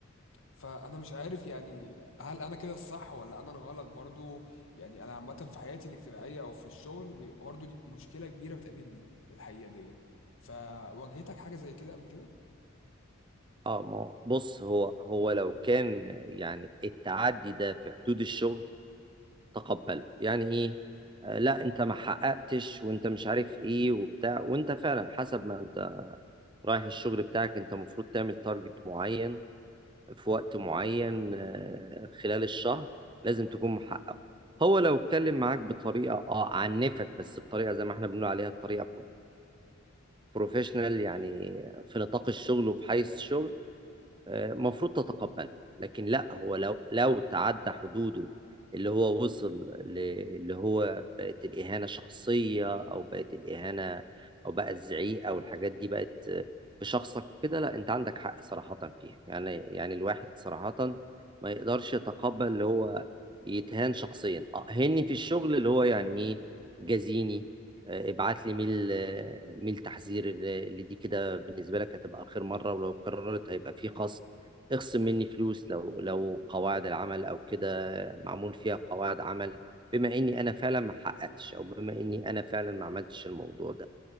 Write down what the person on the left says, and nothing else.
فانا مش عارف يعني هل انا كده الصح ولا انا الغلط برضو يعني انا عامه في حياتي الاجتماعيه او في الشغل بي- برضو دي مشكله كبيره بتقابلني الحقيقه ديت فواجهتك حاجه زي كده قبل كده